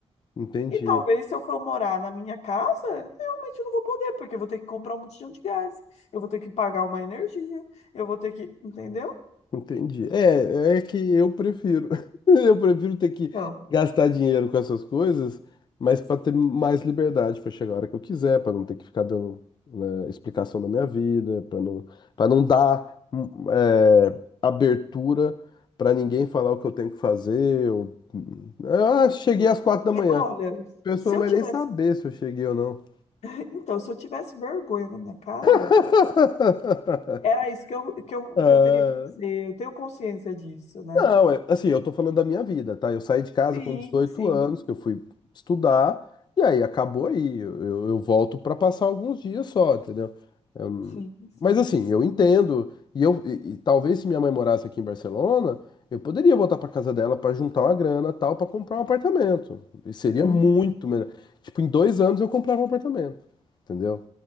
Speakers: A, on the left (about 40°); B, on the left (about 85°).
A: Entendi.
B: E talvez se eu for morar na minha casa, realmente eu não vou poder, porque eu vou ter que comprar um botijão de gás, eu vou ter que pagar uma energia, eu vou ter que, entendeu?
A: Entendi. É, é que eu prefiro. <laughs> Eu prefiro ter que
B: Então,
A: gastar dinheiro com essas coisas, mas para ter mais liberdade para chegar a hora que eu quiser, para não ter que ficar dando, né, explicação da minha vida, para não, para não dar hum, é, abertura para ninguém falar o que eu tenho que fazer. Ou... hum, Ah, cheguei
B: eu-
A: às quatro da
B: e
A: manhã.
B: olha,
A: A pessoa
B: se
A: não
B: eu
A: vai
B: tivesse,
A: nem saber se eu cheguei ou não.
B: <laughs> então, se eu tivesse vergonha na minha cara,
A: <laughs>
B: era isso que eu, que eu,
A: Ah,
B: que eu teria que fazer. Eu tenho consciência disso, né?
A: Não, é, assim, eu tô falando da minha vida, tá? Eu saí de casa
B: Sim,
A: com 18
B: sim,
A: anos, que eu fui estudar, e aí acabou aí. Eu, eu- eu volto pra passar alguns dias só, entendeu? Eu não-
B: sim, sim.
A: mas assim, eu entendo, e eu e, e talvez se minha mãe morasse aqui em Barcelona, eu poderia voltar pra casa dela pra juntar uma grana, tal, pra comprar um apartamento. E seria
B: Uhum.
A: muito melhor. Tipo, em dois anos eu comprava um apartamento, entendeu?